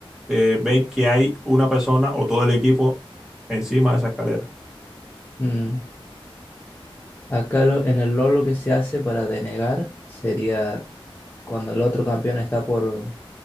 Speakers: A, in the centre; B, on the left.
A: eh, ver que hay una persona o todo el equipo encima de esa escalera.
B: Mm, Acá lo- en el LoL lo que se hace para denegar sería cuando el otro campeón está por,